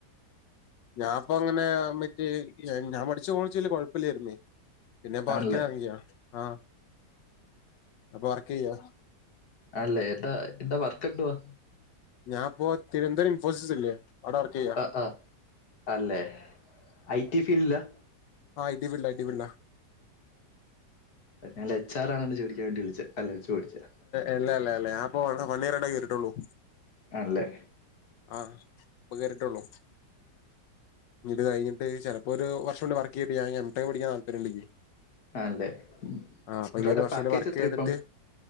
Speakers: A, on the left; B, on the left.
A: ഞാൻപ്പ അങ്ങനെ മറ്റേ ഞാൻ പഠിച്ച കോളേജ് വല്യ കുഴപ്പില്ലായിരുന്നേ പിന്നെ പർക്കിന
B: ആണല്ലേ
A: ഇറങ്ങിയാ ആഹ അപ്പ വർക്ക് ചെയ്യാ
B: അല്ലേ എന്താ എന്താ വർക്ക് എന്തുവാ
A: ഞാൻപ്പോ തിരുവനന്തപുരം ഇൻഫോസിസ് ഇല്ലേ അവിടെ വർക്ക് ചെയ്യാ
B: ആഹ് ആഹ അല്ലെ ഐടി ഫീൽഡിലാ
A: ആഹ് ഐടിഫീൽഡ് ഐടി ഫീൽഡാ
B: ഞാ എച്ച്ആർ ആണ് ചോടിക്കാൻ വേണ്ട വിളിച്ചത് അല്ല ചോദിച്ചാ
A: അല്ല അല്ലാ ഞാൻ ഇപ്പോ വൺ ഇയർടെ കയറിട്ടുള്ളൂ
B: ആണല്ലേ
A: ആഹ ഇപ്പ കേറിട്ടള്ളൂ ഇത് കഴിഞ്ഞട്ട് ചിലപ്പോ ഒരു വർഷ കൊണ്ട് വർക്ക് ചെയ്ട്ട് ഞാൻ എം ടെക് പഠിക്കാൻ താല്പര്യം ഉണ്ട്
B: ആണല്ലേ ഉം.
A: ആഹ് അപ്പൊ
B: ബ്രോയുടെ
A: ഇനി ഒരു വർഷം
B: പാക്കേജ്
A: കൂടി വർക്ക്
B: എത്ര
A: ചെയ്തിട്ട്
B: ഇപ്പം